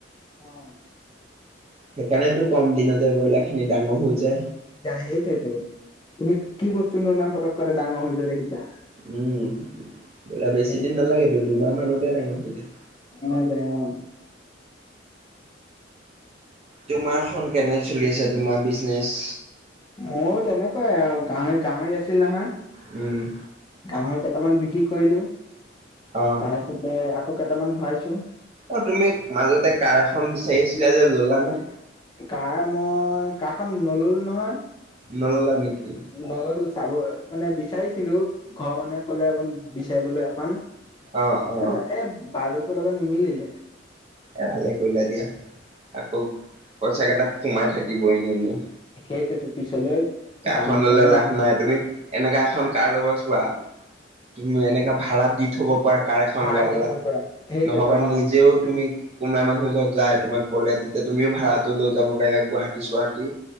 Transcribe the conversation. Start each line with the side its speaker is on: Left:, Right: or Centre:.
Left: অ'!
Right: সেইকাৰণেতো, কম দিনতে ব্ৰইলাৰ খিনি ডাঙৰ হৈ যায়।
Left: যাই সেইটোৱতো, তুমি কি বস্তুনো ইমান পতককে, ডাঙৰ হৈ যোৱা দেখিছা?
Right: উম, ব্ৰইলাৰ বেছি
Left: সেইটো
Right: দিন নালাগেতো, দুমাহ মানতে ডাঙৰ হৈ যায়।
Left: হৈ যায়, অ'!
Right: তোমাৰখন কেনে চলি আছে তোমাৰ বিজনেচ?
Left: মোৰ তেনেকুৱাই আৰু। গাহ-গাহৰি আছিল নহয়।
Right: উম।
Left: গাহৰি কেইটামান বিক্ৰী কৰিলো।
Right: অ'।
Left: তাৰপিছতে আকৌ কেইটামান ভৰাইছো।
Right: অ তুমি মাজতে কাৰ এখন বিচাৰি আছিলা যে ল'লা নে?
Left: কাৰ মই কাৰখন নললো নহয়।
Right: নাললা নেকি?
Left: মই চাব মানে বিচাৰিছিলো ঘৰৰ মানুহে ক'লে অক বিচাৰিবলৈ এখন।
Right: অ অ
Left: তাৰ এ বাজাৰটোৰ লগত নিমিলিলে।
Right: এ ভালে কৰিলা দিয়া। আকৌ পইচাকেইটা সোমাই থাকিব এনেই এনেই।
Left: সেইটো পিছলৈ
Right: কাৰখন
Left: গাঁৱে
Right: ললে
Left: চাঁৱে
Right: লাভ নাই। তুমি এনেকা এখন কাৰ লবা চোৱা তুমি এনেকা ভাড়াত দি থব পৰা কাৰ এখন
Left: ভাড়া
Right: লোৱালা।
Left: দি থব পৰা সেইটোতো
Right: নহবা
Left: অ
Right: নিজেও তুমি কোনোবা মানুহ যত যায় তোমাক কলে তেতিয়া তুমিও ভাড়াটো লৈ যাব পাৰিবা গুৱাহাটী-চুৱাহাটী।